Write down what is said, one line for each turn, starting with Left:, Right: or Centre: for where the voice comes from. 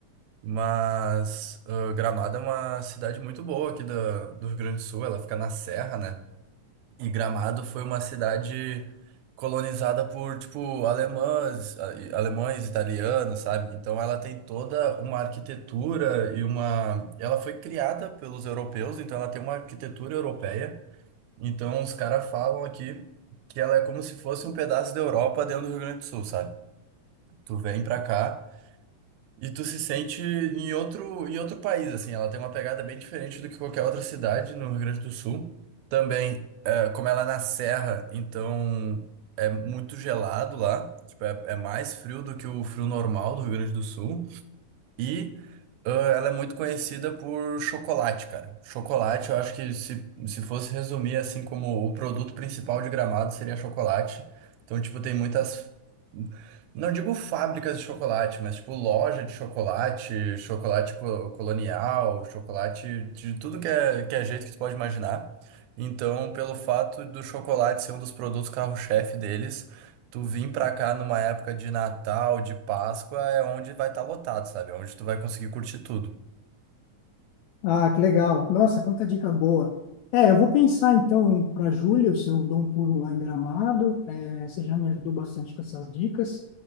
Right: Mas ah, Gramado é uma cidade muito boa aqui da, do Rio Grande do Sul, ela fica na serra, né? E Gramado foi uma cidade colonizada por, tipo, alemães, a- e- alemães, italianos, sabe? Então ela tem toda uma arquitetura e uma... Ela foi criada pelos europeus, então ela tem uma arquitetura europeia. Então os caras falam aqui que ela é como se fosse um pedaço da Europa dentro do Rio Grande do Sul, sabe? Tu vem pra cá... E tu se sente em outro, em outro país, assim. Ela tem uma pegada bem diferente do que qualquer outra cidade no Rio Grande do Sul. Também, é, como ela é na serra, então é muito gelado lá. Tipo, é, é mais frio do que o frio normal do Rio Grande do Sul. E ah, ela é muito conhecida por chocolate, cara. Chocolate, eu acho que se, se fosse resumir assim como o produto principal de Gramado seria chocolate. Então, tipo, tem muitas. Não digo fábricas de chocolate, mas tipo loja de chocolate, chocolate co- colonial, chocolate de tudo que é, que é jeito que você pode imaginar. Então, pelo fato do chocolate ser um dos produtos carro-chefe deles, Tu vir pra cá numa época de Natal, de Páscoa, é onde vai estar lotado, sabe? É onde tu vai conseguir curtir tudo.
Left: Ah, que legal. Nossa, quanta dica boa. É, eu vou pensar então para julho, se eu dou um pulo lá em Gramado. É, você já me ajudou bastante com essas dicas.